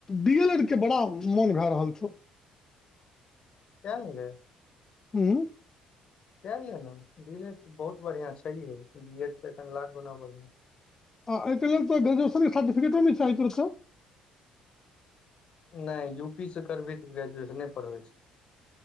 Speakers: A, on the left (about 20°); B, on the left (about 45°).
A: डी एल एड के बड़ा मोन भए रहल छौ
B: कए ने लए।
A: उंम्म
B: कए लेना डी एड बहुत बढ़ियाँ छैहे बी एड एखन लाख गुना बढ़ियाँ
A: आ एहिके लेल त ग्रजुएशनके सर्टिफिकटो नहि चाही तरफसँ
B: नहि यू पी से करबही तऽ ग्रेजुएशन पर होइ छै